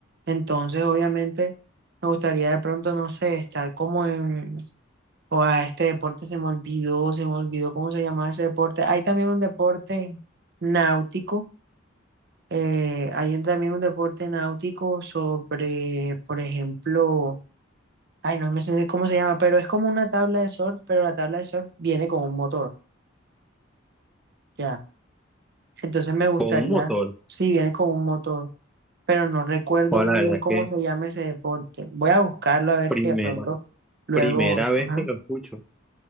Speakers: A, on the right (about 55°); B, in the centre.
A: entonces obviamente me gustaría de pronto, no sé, estar como en, o a este deporte se me olvidó, se me olvidó cómo se llamaba ese deporte. Hay también un deporte náutico Eh, hay también un deporte náutico sobre, por ejemplo, ay, no me sé cómo se llama, pero es como una tabla de surf, pero la tabla de surf viene con un motor, ya. Entonces me gustaría,
B: Con un motor.
A: sí, viene con un motor, pero no recuerdo
B: o
A: muy
B: la verdad
A: bien
B: es
A: cómo
B: que
A: se llama ese deporte. Voy a buscarlo a ver
B: primera,
A: si de pronto luego,
B: primera vez
A: ajá.
B: que lo escucho.